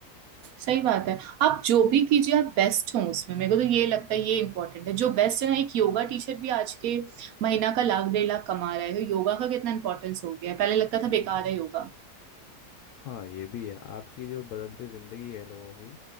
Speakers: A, on the right; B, on the left.
A: सही बात है आप जो भी कीजिए आप बेस्ट हो उसमें मेरे को तो ये लगता है ये इम्पोर्टेंट है जो बेस्ट है ना एक योगा टीचर भी आज के महीना का लाख डेढ़ लाख कमा रहा है तो योगा का कितना इंपॉर्टेंस हो गया है पहले लगता था बेकार है योगा
B: हाँ ये भी है आपकी जो बदलती ज़िंदगी है लोगों की